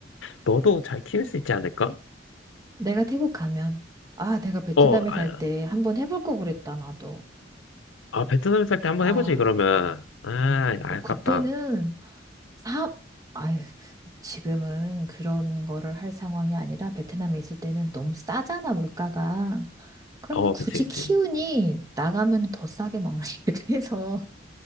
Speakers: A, on the left; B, on the right.
A: 너도 잘 키울 수 있지 않을까?
B: 내가 태국 가면, 아, 내가 베트남에
A: 어, 아,
B: 살 때 한번 해볼 거 그랬다, 나도.
A: 아, 베트남 살 때 한번
B: 아.
A: 해보지, 그러면. 아, 아깝다.
B: 뭐 그때는 사업, 아유, 지금은 그런 거를 할 상황이 아니라 베트남에 있을 때는 너무 싸잖아, 물가가. 그럼
A: 어,
B: 뭐 굳이
A: 그치, 그치.
B: 키우니 나가면 더 싸게 먹는 <laughs> 그래서